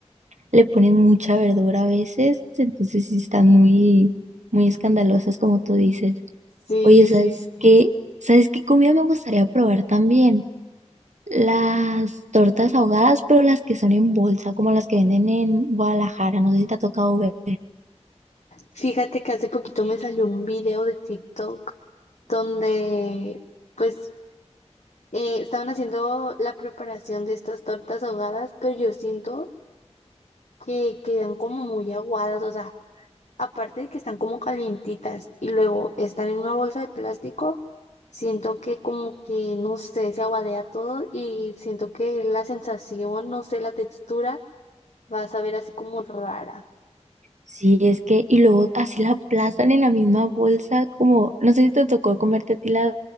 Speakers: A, on the right; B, on the left.
A: le ponen mucha verdura a veces, entonces sí están muy, muy escandalosas como tú dices.
B: sí,
A: Oye, ¿sabes
B: sí, sí.
A: qué? ¿Sabes qué comida me gustaría probar también? Las tortas ahogadas, pero las que son en bolsa, como las que venden en Guadalajara, no sé si te ha tocado ver.
B: Fíjate que hace poquito me salió un video de TikTok donde, pues eh, estaban haciendo la preparación de estas tortas ahogadas, pero yo siento que quedan como muy aguadas, o sea, aparte de que están como calientitas y luego están en una bolsa de plástico, siento que como que, no sé, se aguadea todo y siento que la sensación, no sé, la textura va a saber así como rara.
A: Sí, es que, y luego así la aplastan en la misma bolsa, como, no sé si te tocó comerte a ti las,